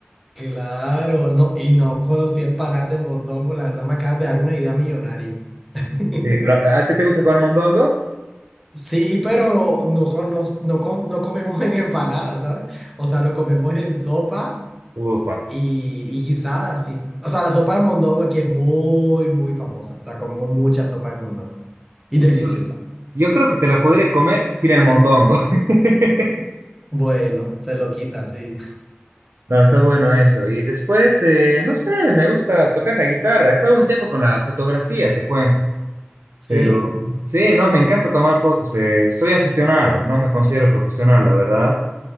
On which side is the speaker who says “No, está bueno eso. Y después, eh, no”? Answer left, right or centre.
Right